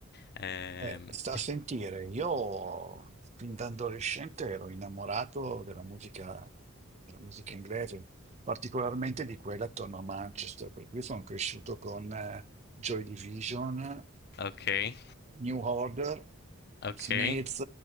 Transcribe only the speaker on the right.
Eh, sta
a sentire, io fin da adolescente ero innamorato della musica, della musica inglese, particolarmente di quella attorno a Manchester, per cui sono cresciuto con eh, Joy Division,
New Order,
Smith,